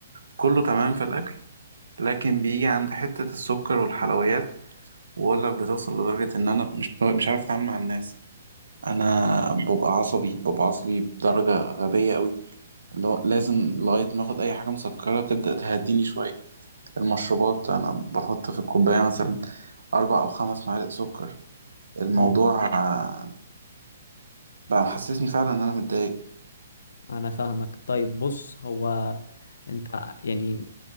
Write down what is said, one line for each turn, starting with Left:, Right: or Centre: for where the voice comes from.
Right: كله تمام في الاكل لكن بيجي عند حتة السكر والحلويات واقول لك بتوصل لدرجة ان انا مش مش عارف اتعامل مع الناس انا
Left: مم.
Right: ببقى عصبي ببقى عصبي بدرجة غبية قوي اللي هو لازم لغاية ما اخد اي حاجة مسكرة تبدأ تهديني شوية المشروبات انا بحط في الكوبايه مثلا اربع او خمس معالق سكر الموضوع
Left: امم
Right: آه، بقى محسسني فعلا ان انا متضايق
Left: انا فاهمك طيب بص هو انت يعني